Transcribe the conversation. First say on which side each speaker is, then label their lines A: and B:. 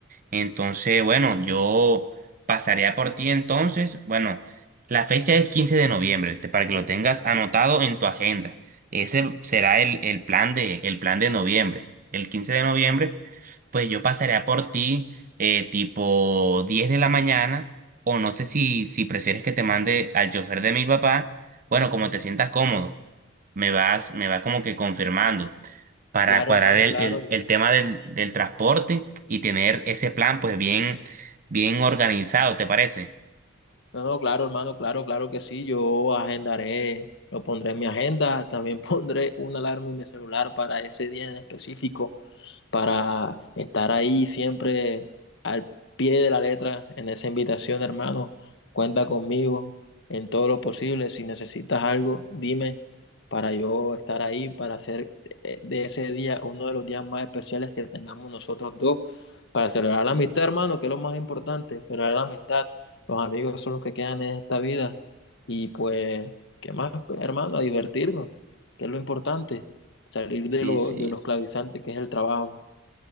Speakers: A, on the right; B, on the left.
A: Entonces, bueno, yo pasaría por ti entonces. Bueno, la fecha es 15 de noviembre, ¿viste? Para que lo tengas anotado en tu agenda. Ese será el, el plan de, el plan de noviembre. El 15 de noviembre, pues yo pasaría por ti eh, tipo 10 de la mañana. O no sé si, si prefieres que te mande al chofer de mi papá. Bueno, como te sientas cómodo. Me vas, me vas como que confirmando para
B: Claro,
A: cuadrar
B: hermano,
A: el,
B: claro.
A: el- el tema del, del transporte y tener ese plan pues bien, bien organizado, ¿te parece?
B: No, no, claro, hermano, claro, claro que sí. Yo agendaré, lo pondré en mi agenda. También <laughs> pondré una alarma en mi celular para ese día en específico. para estar ahí siempre al pie de la letra en esa invitación, hermano. Cuenta conmigo en todo lo posible. Si necesitas algo, dime para yo estar ahí, para hacer eh, de ese día uno de los días más especiales que tengamos nosotros dos, para celebrar la amistad, hermano, que es lo más importante, celebrar la amistad. Los amigos son los que quedan en esta vida. Y pues, ¿qué más, hermano? A divertirnos, que es lo importante, salir
A: Sí,
B: de, lo,
A: sí.
B: de los clavizantes que es el trabajo.